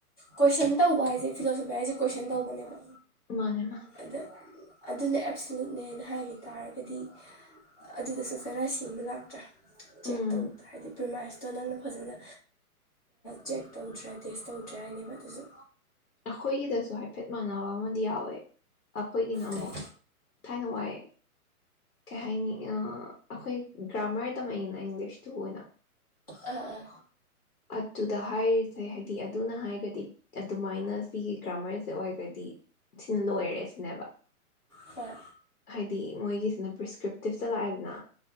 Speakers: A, on the left (about 25°); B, on the left (about 70°).
A: ꯀꯣꯏꯁꯟ ꯇꯧꯕ ꯍꯥꯏꯁꯦ ꯐꯤꯂꯣꯁꯣꯐꯤ ꯍꯥꯏꯁꯦ ꯀꯣꯏꯁꯟ ꯇꯧꯕꯅꯦꯕ
B: ꯃꯥꯅꯦ ꯃꯥꯅꯦ
A: ꯑꯗ ꯑꯗꯨꯅ ꯑꯦꯞꯁꯂꯨꯠꯅꯦꯅ ꯍꯥꯏꯈꯤ ꯇꯥꯔꯒꯗꯤ ꯑꯗꯨꯗꯁꯨ ꯐꯦꯔꯥꯏꯁꯤ ꯑꯃ ꯂꯥꯛꯇ꯭ꯔꯥ
B: ꯎꯝ
A: ꯆꯦꯛꯇꯧ ꯍꯥꯏꯗꯤ ꯄ꯭ꯔꯤꯃꯥꯏꯁꯇꯣ ꯅꯪꯅ ꯐꯖꯅ ꯆꯦꯛ ꯇꯧꯗ꯭ꯔꯦ ꯇꯦꯁ ꯇꯧꯗ꯭ꯔꯦ ꯍꯥꯏꯅꯦꯕ ꯑꯗꯨꯁꯨ
B: ꯑꯩꯈꯣꯏꯒꯤꯗꯁꯨ ꯍꯥꯏꯐꯦꯠ ꯃꯥꯟꯅꯕ ꯑꯃꯗꯤ ꯌꯥꯎꯋꯦ ꯑꯩꯈꯣꯏꯒꯤꯅ ꯑꯃꯨꯛ
A: ꯀꯩ
B: ꯊꯥꯏꯅ ꯋꯥꯏ ꯀꯩ ꯍꯥꯏꯅꯤ ꯑꯩꯈꯣꯏ ꯒ꯭ꯔꯥꯃꯔ ꯇꯝꯃꯛꯏꯅ ꯏꯪꯂꯤꯁꯇꯨ ꯑꯣꯏꯅ
A: ꯑ
B: ꯑꯗꯨꯗ ꯍꯥꯏꯔꯤꯁꯦ ꯍꯥꯏꯗꯤ ꯑꯗꯨꯅ ꯍꯥꯏꯔꯒꯗꯤ ꯑꯗꯨꯃꯥꯏꯅ ꯁꯤꯒꯤ ꯒ꯭ꯔꯥꯃꯔꯁꯦ ꯑꯣꯏꯔꯒꯗꯤ ꯁꯤꯅ ꯂꯣꯏꯔꯦ ꯁꯤꯅꯦꯕ
A: ꯍꯣꯏ
B: ꯍꯥꯏꯗꯤ ꯃꯣꯏꯒꯤꯁꯤꯅ ꯄ꯭ꯔꯤꯁꯀ꯭ꯔꯤꯞꯇꯤꯞꯇ ꯂꯥꯛꯑꯦꯗꯅ